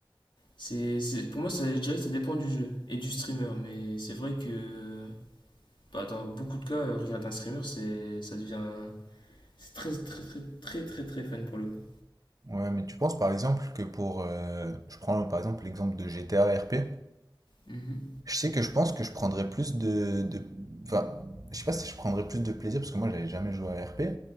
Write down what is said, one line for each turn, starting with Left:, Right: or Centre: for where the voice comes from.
Left: c'est c'est- pour moi, ça, je dirais que ça dépend du jeu et du streamer, mais c'est vrai que bah, dans beaucoup de cas, euh, regarder un streamer, c'est, ça devient. C'est très, très, très, très, très, très fun pour le coup.
Right: Ouais, mais tu penses par exemple que pour... euh, je prends par exemple l'exemple de GTA RP.
Left: Mhm.
Right: Je sais que je pense que je prendrais plus de, de- Enfin, je sais pas si je prendrais plus de plaisir, parce que moi, j'avais jamais joué à RP.